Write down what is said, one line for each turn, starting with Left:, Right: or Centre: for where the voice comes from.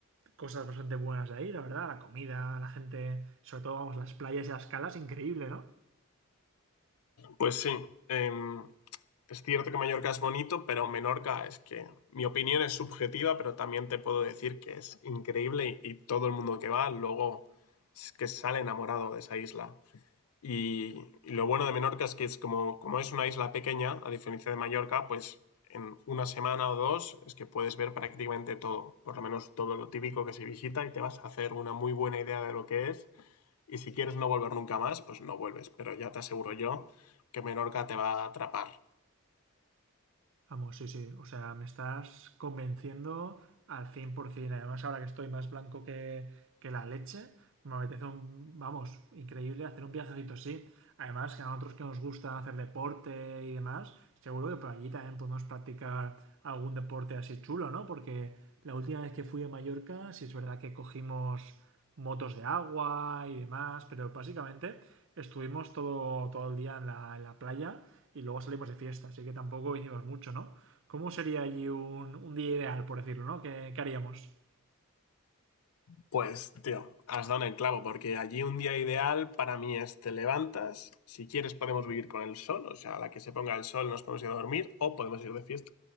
Right: cosas bastante buenas de ahí, la verdad, la comida, la gente, sobre todo, vamos, las playas y las calas, increíble, ¿no?
Left: Pues sí, em, es cierto que Mallorca es bonito, pero Menorca es que mi opinión es subjetiva, pero también te puedo decir que es increíble y, y todo el mundo que va luego es que sale enamorado de esa isla. Y, y lo bueno de Menorca es que es como, como es una isla pequeña, a diferencia de Mallorca, pues en una semana o dos es que puedes ver prácticamente todo, por lo menos todo lo típico que se visita y te vas a hacer una muy buena idea de lo que es. Y si quieres no volver nunca más, pues no vuelves, pero ya te aseguro yo que Menorca te va a atrapar.
Right: Vamos, sí, sí. O sea, me estás convenciendo al 100%. Además, ahora que estoy más blanco que, que la leche, me apetece un, vamos, increíble hacer un viajecito así. Además, que a nosotros que nos gusta hacer deporte y demás, seguro que por allí también podemos practicar algún deporte así chulo, ¿no? Porque la última vez que fui a Mallorca, sí es verdad que cogimos motos de agua y demás, pero básicamente estuvimos todo, todo el día en la, en la playa y luego salimos de fiesta, así que tampoco hicimos mucho, ¿no? ¿Cómo sería allí un, un día ideal, por decirlo, ¿no? ¿Qué, qué haríamos?
Left: Pues, tío, has dado en el clavo, porque allí un día ideal para mí es te levantas, si quieres podemos vivir con el sol, o sea, a la que se ponga el sol nos podemos ir a dormir o podemos ir de fiesta,